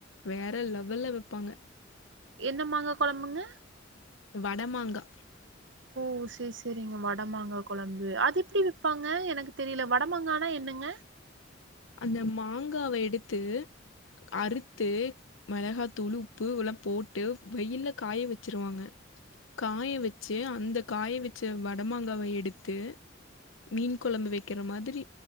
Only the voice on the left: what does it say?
வேற லெவல்ல வெப்பாங்க
வட மாங்கா
அந்த மாங்காவ எடுத்து அறுத்து மெளகாதூளு உப்புஉல்லா போட்டு வெயில்ல காய வெச்சிருவாங்க காய வெச்சு அந்த காய வெச்ச வடமாங்காவ எடுத்து மீன் கொழம்பு வெக்கிற மாதிரி